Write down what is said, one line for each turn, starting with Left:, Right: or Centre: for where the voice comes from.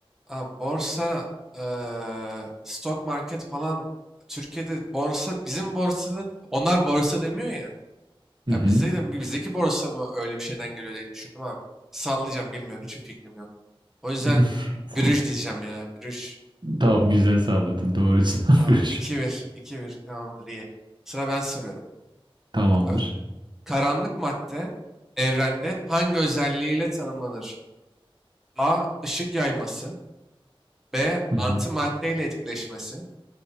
Centre: Abi, borsa, eee stock market falan Türkiye'de borsa bizim borsada onlar borsa demiyor ya.
Right: Hı
Centre: Ya
Right: hı.
Centre: bizde de bizdeki borsa mı öyle bir şeyden geliyor diye düşündüm abi. Sallayacağım bilmiyorum hiçbir fikrim yok. O yüzden
Right: <laughs>
Centre: bürüş diyeceğim ya bürüş.
Right: Tamam güzel salladın. Doğru cevap.
Centre: Tamam
Right: <laughs>
Centre: iki bir iki bir tamamdır iyi. Sıra ben soruyorum.
Right: Tamamdır.
Centre: Abi karanlık madde evrende hangi özelliğiyle tanımlanır? A. Işık yayması. B.
Right: Hı
Centre: Antimaddeyle
Right: hı.
Centre: etkileşmesi.